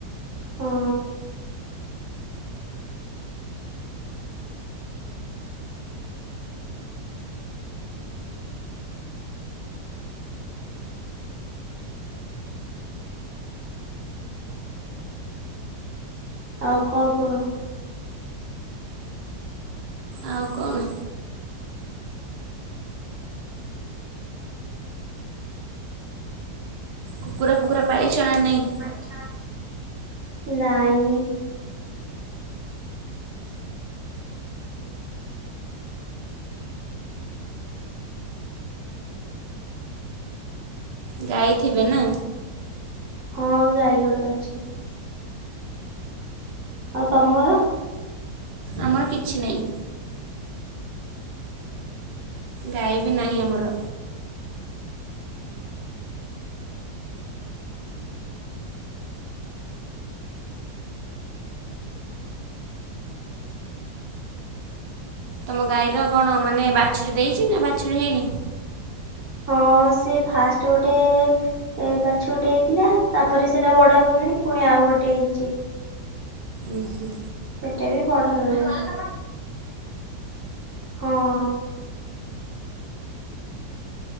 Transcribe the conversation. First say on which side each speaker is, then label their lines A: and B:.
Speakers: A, on the right (about 55°); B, on the right (about 80°).
A: ହଁ ଆଉ କଣ କୁହ?
B: ଆଉ କଣ। କୁକୁଡ଼ା ଫୁକୁଡା ପାଳିଚନା ନାହିଁ।
A: ନାଇଁ।
B: ଗାଈ ଥିବେ ନା?
A: ହଁ ଗାଈ ଗୋଟେ ଅଛି। ଆଉ ତମର?
B: ଆମର କିଛି ନାଇଁ। ଗାଈ ବି ନାହିଁ ଆମର। ତମ ଗାଈର କଣ ମାନେ ବାଛୁରୀ ଦେଇଚି ନା ବାଛୁରୀ ହେଇନି?
A: ହଁ ସିଏ ଫାଷ୍ଟ ଗୋଟେ ଏ ବାଛୁରୀଟେ ହେଇଥିଲା ତା ପରେ ସେଇଟା ବଡ ହେଇଗଲାଣି ପୁଣି ଆଉ ଗୋଟେ ହେଇଚି।
B: ଉଁ ହୁଁ।
A: ସେ ବି ବଡ ହେଇଗଲାଣି। ହଁ